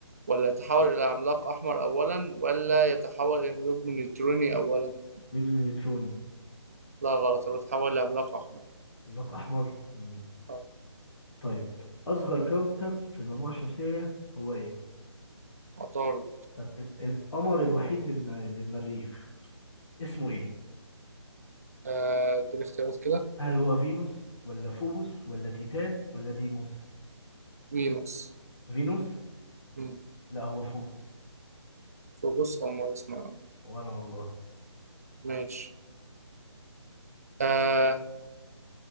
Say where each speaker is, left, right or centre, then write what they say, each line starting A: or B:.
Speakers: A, on the right; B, on the left.
A: ولا يتحول الى عملاق احمر اولا ولا يتحول الى نجم نيوتروني اولا
B: نجم نيوتروني
A: لا غلط هو يتحول لعملاق احمر
B: عملاق احمر مم.
A: آه،
B: طيب اصغر كوكب في المجموعه الشمسيه هو ايه
A: عطارد
B: طب ال- القمر الوحيد للم... للمريخ اسمه ايه
A: آه، اديني اختيارات كده
B: هل هو فينوس ولا فوبوس ولا تيتان ولا ديموس
A: فينوس
B: فينوس
A: مم.
B: لا هو فوبوس
A: فوبوس او مارس معانا
B: وانا والله
A: ماشي آه،